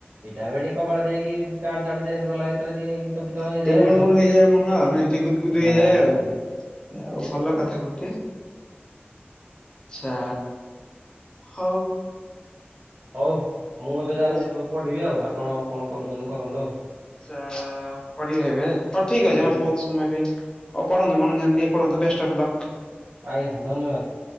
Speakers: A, on the right (about 55°); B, on the left (about 20°).
A: ଏଇ ଟାଇମ ଟିକେ କବାଟ ଦେଇକି ପ୍ୟାଟ ସାର୍ଟ ଚେଞ୍ଜ କଲା ଭିତର ଟିକେ ଫିତ ହେଇଯାଏ
B: ଟିକେ ଗୁଣୁ ଗୁଣୁ ହେଇଯାଏ ମନ ଆଉ ନାଇଁ ଟିକେ ଗୁଦୁ ଗୁଦୁ
A: ହଁ
B: ହେଇଯାଏ ଆଉ।
A: ହଁ
B: ଆଉ ଭଲ କଥା ଗୁଟେ। ଆଛା ହଉ।
A: ହଉ ମୁଁ ଏବେ ଯାଉଛି
B: ବହୁତ
A: ପଢିବି ଆଉ ଆପଣ କଣ କରୁଛନ୍ତି କରନ୍ତୁ ଆଉ।
B: ଆଚ୍ଛା ପଢିବ ଏବେ ହଉ ଠିକ ଅଛି
A: ଆଜ୍ଞା
B: ହଁ ବହୁ ସମୟ ବି ଆଉ ପଢନ୍ତୁ ମନ ଧ୍ୟାନ ଦେଇକି ପଢନ୍ତୁ ବେଷ୍ଟ ଅଫ ଲକ୍।
A: ଆଜ୍ଞା ଧନ୍ୟବାଦ।